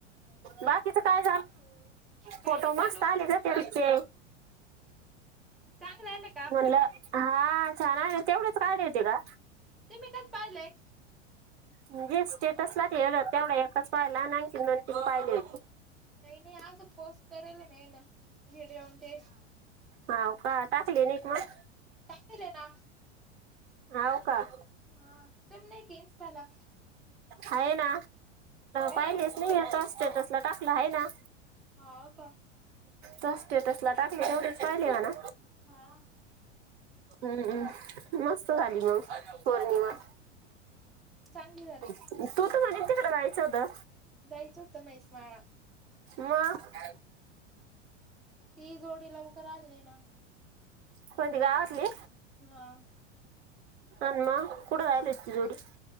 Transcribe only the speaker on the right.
बाकीच काय
फोटो
मस्त
आले ग त्यांचे
म्हणलं हा छान ना तेवढेच काडे येते का?
णजे स्टेटस ला ठेवले होते तेवढा एकच पाहिला आणी आणखन दोन तीन पाहिले होते
हो का टाकली नयी का मग?
हाव का?
आहे ना पाहिलेच
नाही तो स्टेटस ला टाकला आहे ना..
त स्टेटसला टाकले तेवढेच पाहिले म्हणा
हम्मम् मस्त झाली मग पौर्णिमा.
तू तर म्हणजे <unintelligible> तिकडे जायचं होतं.
मग
कोणती गावातली?
अन्मा कुट जायली इतकी जोडी?